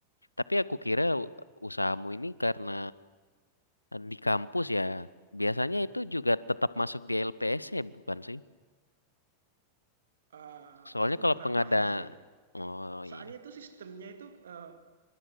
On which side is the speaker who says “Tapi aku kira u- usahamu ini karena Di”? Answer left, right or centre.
Left